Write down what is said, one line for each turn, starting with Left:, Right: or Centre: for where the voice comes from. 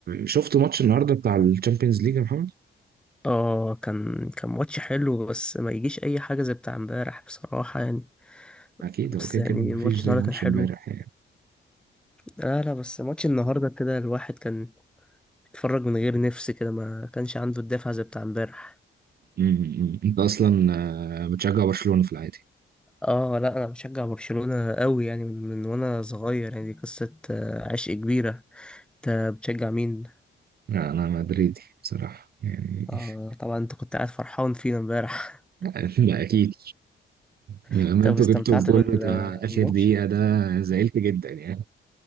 Right: شفت ماتش النهارده بتاع الشامبيونز ليج يا محمد
Centre: اه كان كان ماتش حلو بس ما يجيش اي حاجه زي بتاع امبارح بصراحه يعني
Right: اكيد هو
Centre: بس
Right: كده
Centre: يعني
Right: كده ما
Centre: ماتش
Right: فيش زي
Centre: النهارده
Right: ماتش
Centre: كان حلو
Right: امبارح يعني
Centre: لا لا بس ماتش النهارده كده الواحد كان بيتفرج من غير نفس كده ما كانش عنده الدافع زي بتاع امبارح
Right: امم. انت اصلا آه، بتشجع برشلونة في العادي
Centre: اه لا انا بشجع برشلونه قوي يعني من من وانا صغير يعني دي قصه آه، عشق كبيره انت بتشجع مين
Right: لا انا مدريدي بصراحة يعني <laughs>
Centre: اه طبعا انت كنت قاعد فرحان فينا امبارح
Right: لا اكيد
Centre: <laughs>
Right: لما
Centre: طب
Right: انتوا
Centre: استمتعت
Right: جبتوا الجول
Centre: بالماتش
Right: بتاع اخر دقيقة ده زعلت جدا يعني